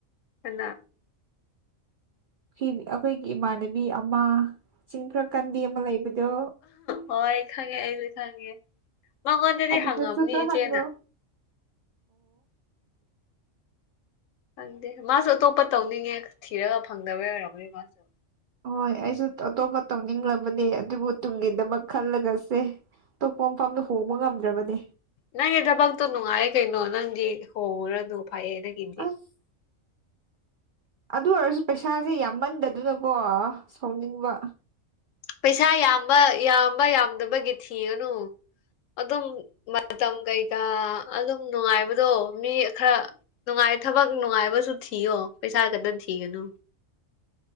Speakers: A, on the left; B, on the right.
A: ꯑ
B: ꯑꯩꯈꯣꯏꯒꯤ ꯏꯃꯥꯟꯅꯕꯤ ꯑꯃ ꯆꯤꯡ ꯐꯔ ꯀꯟꯗꯤ ꯑꯃ ꯂꯩꯕꯗꯣ
A: ꯍꯣꯏ ꯈꯪꯉꯦ ꯑꯩꯁꯨ ꯈꯪꯉꯦ ꯃꯉꯣꯟꯗꯗꯤ
B: ꯑꯗꯨꯗꯁꯨꯈ꯭ꯔ
A: ꯍꯪꯉꯝꯅꯤ ꯏꯆꯦꯅ
B: ꯍꯪꯒꯣ
A: ꯈꯪꯗꯦ ꯃꯥꯁꯨ ꯑꯇꯣꯞꯄ ꯇꯧꯅꯤꯡꯉꯦ ꯊꯤꯔꯒ ꯐꯪꯗꯕ ꯌꯥꯝꯔꯕꯣꯏ ꯃꯥꯁꯨ
B: ꯍꯣꯏ ꯑꯩꯁꯨ ꯑꯇꯣꯞꯄ ꯇꯧꯅꯤꯡꯂꯕꯅꯦ ꯑꯗꯨꯕꯨ ꯇꯨꯡꯒꯤꯗꯃꯛ ꯈꯜꯂꯒꯁꯦ ꯑꯇꯣꯞꯄ ꯃꯐꯝꯗ ꯍꯣꯡꯕ ꯉꯝꯗ꯭ꯔꯕꯗꯤ
A: ꯅꯪꯒꯤ ꯊꯕꯛꯇꯣ ꯅꯨꯡꯉꯥꯏ ꯀꯩꯅꯣ ꯅꯪꯗꯤ ꯍꯣꯡꯉꯨꯔꯅꯨ ꯐꯩꯌꯦ ꯅꯪꯒꯤꯗꯤ
B: ꯑꯁ ꯑꯗꯨ ꯑꯣꯏꯔꯁꯨ ꯄꯩꯁꯥꯁꯦ ꯌꯥꯝꯃꯟꯗꯗꯅꯀꯣ ꯁꯥꯎꯅꯤꯡꯕ
A: ꯄꯩꯁꯥ ꯌꯥꯝꯕ ꯌꯥꯝꯕ ꯌꯥꯝꯗꯕꯒꯤ ꯊꯤꯒꯅꯨ ꯑꯗꯨꯝ ꯃꯇꯝ ꯀꯩꯀꯥ ꯑꯗꯨꯝ ꯅꯨꯡꯉꯥꯏꯕꯗꯣ ꯃꯤ ꯈꯔ ꯅꯨꯡꯉꯥꯏ ꯊꯕꯛ ꯅꯨꯡꯉꯥꯏꯕꯁꯨ ꯊꯤꯌꯣ ꯄꯩꯁꯥ ꯈꯛꯇ ꯊꯤꯒꯅꯨ